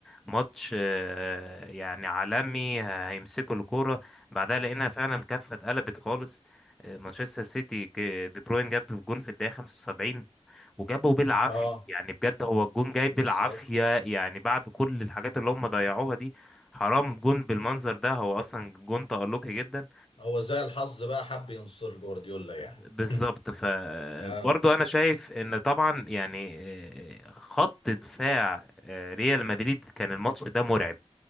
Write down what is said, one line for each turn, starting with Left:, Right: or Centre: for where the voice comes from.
Centre: ماتش آه، يعني عالمي ه- هيمسكوا الكورة بعدها لقينا فعلا الكفة اتقلبت خالص آه، مانشستر سيتي ك- دي بروين جاب الجون في الدقيقة 75 وجابه بالعافية
Left: اه
Centre: يعني بجد هو الجون جاي بالعافية
Left: بالظبط
Centre: يعني بعد كل الحاجات اللي هم ضيعوها دي حرام جون بالمنظر ده هو أصلا جون تألقي جدا
Left: هو زي الحظ بقى حب ينصر جوارديولا يعني
Centre: بالظبط
Left: <laughs>
Centre: فبرضه
Left: اه
Centre: انا شايف ان طبعا يعني آه، خط دفاع آه، ريال مدريد كان الماتش ده مرعب